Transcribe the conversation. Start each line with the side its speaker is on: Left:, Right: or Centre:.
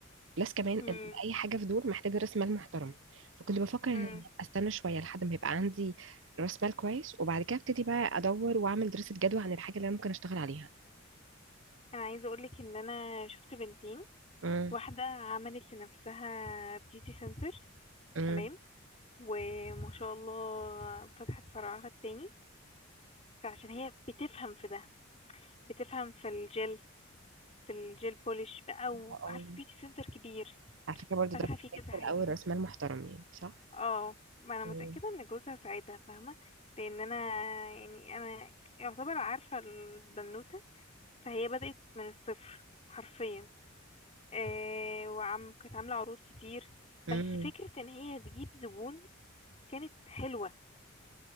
Right: بلس كمان
Left: امم
Right: ان اي حاجه في دول محتاجه راس مال محترم فكنت بفكر
Left: امم
Right: ان أنا استنى شويه لحد ما يبقى عندي راس مال كويس وبعد كده ابتدي بقى ادور واعمل دراسه جدوى عن الحاجه اللي انا ممكن اشتغل عليها
Left: انا عايزه اقول لك ان انا شفت بنتين
Right: امم
Left: واحده عملت لنفسها بيوتي سنتر
Right: امم
Left: تمام وما شاء الله فتحت فرعها التاني فعشان هي بتفهم في ده بتفهم في الجل في الجيل بوليش بقى وعارفه
Right: آه،
Left: بيوتي سنتر كبير
Right: على فكره برضو
Left: فاتحه
Right: ده محتاج
Left: فيه كذا
Right: في
Left: حاجه
Right: الاول راس مال محترم يعني صح
Left: اه ما انا متأكدة
Right: مم.
Left: ان جوزها ساعدها فاهمة لان انا يعني انا يعتبر عارفة البنوتة فهي بدأت من الصفر حرفيا آه وعم كانت عاملة عروض كتير بس
Right: امم
Left: فكرة ان هي تجيب زبون كانت حلوة